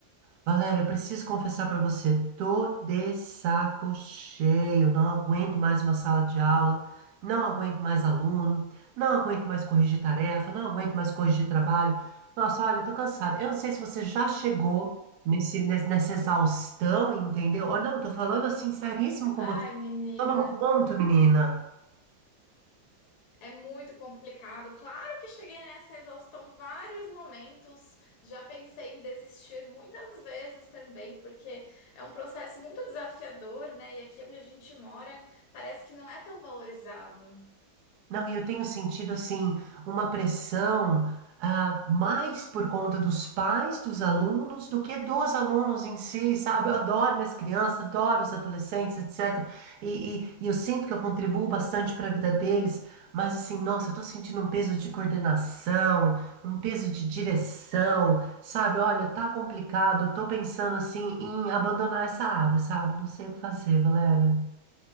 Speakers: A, on the right; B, on the left.
A: Valéria, eu preciso confessar para você, tô de saco cheio, não aguento mais uma sala de aula, não aguento mais aluno, não aguento mais corrigir tarefa, não aguento mais corrigir trabalho. Nossa, olha, eu tô cansado. Eu não sei se você já chegou nesse, nes- nessa exaustão, entendeu? Ou não, tô falando assim, seríssimo com você.
B: Ai, menina,
A: Tô num ponto, menina.
B: é muito complicado. Claro que cheguei nessa exaustão vários momentos. Já pensei em desistir muitas vezes também, porque é um processo muito desafiador, né? E aqui onde a gente mora, parece que não é tão valorizado.
A: Não, e eu tenho sentido assim uma pressão ah, mais por conta dos pais dos alunos do que dos alunos em si, sabe? Eu adoro minhas crianças, adoro os adolescentes, etc. E, e- e eu sinto que eu contribuo bastante para a vida deles, mas assim, nossa, eu tô sentindo um peso de coordenação, um peso de direção, sabe? Olha, tá complicado, eu tô pensando assim em abandonar essa área, sabe? Não sei o que fazer, Valéria.